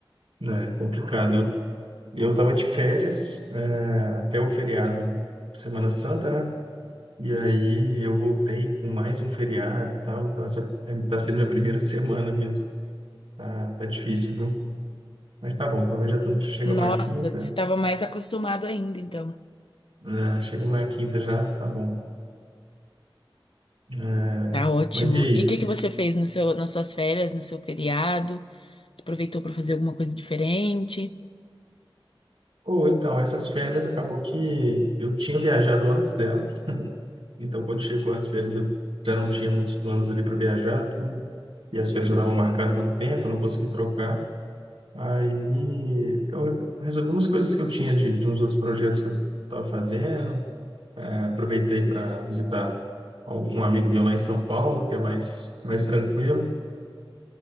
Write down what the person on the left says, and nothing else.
Nossa,
você tava mais acostumado ainda, então.
Tá ótimo.
E o que que você fez no seu, nas suas férias, no seu feriado? Você Aproveitou pra fazer alguma coisa diferente?